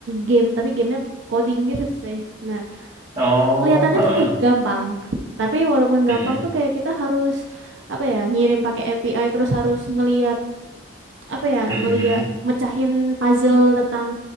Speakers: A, on the right (about 65°); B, on the right (about 25°).
A: game tapi gamenya coding gitu sih. Nah,
B: Oh,
A: kelihatannya
B: ha.
A: tuh kayak gampang. Tapi walaupun gampang
B: Mm-mm.
A: tuh kayak kita harus apa ya ngirim pakai API terus harus ngeliat apa ya
B: Mm-mm.
A: ngeliat mecahin puzzle tentang